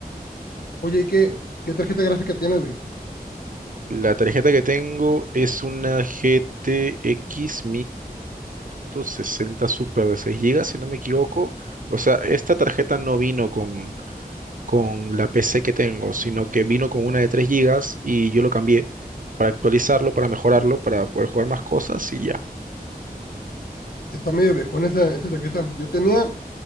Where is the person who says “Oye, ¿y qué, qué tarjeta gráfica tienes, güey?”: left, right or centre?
Left